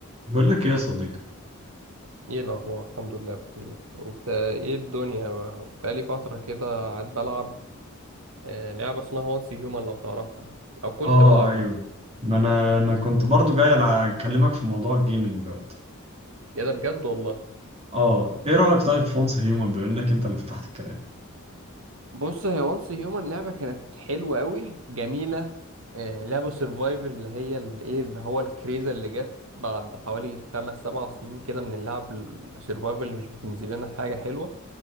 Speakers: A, on the right; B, on the right.
A: بقول لك ايه يا صديقي
B: ايه الاخبار الحمد لله بخير انت ايه الدنيا بقى بقالي فتره كده قاعد بلعب آه، لعبه اسمها وانس هيومن لو تعرفها او كنت
A: اه
B: بلعبها
A: ايوه
B: يعني
A: ما انا انا كنت برضو جاي على- اكلمك في موضوع الجيمنج دوت
B: يا ده بجد والله
A: اه ايه رايك طيب في ونس هيومن بما انك انت اللي فتحت الكلام
B: بص هي وانس هيومن لعبه كانت حلوه قوي جميله آه، لعبه سرفايفل اللي هي الايه اللي هو الكريزه اللي جت بعد حوالي خمس سبع سنين كده من اللعب السرفايفل اللي مش بتنزل لنا حاجه حلوه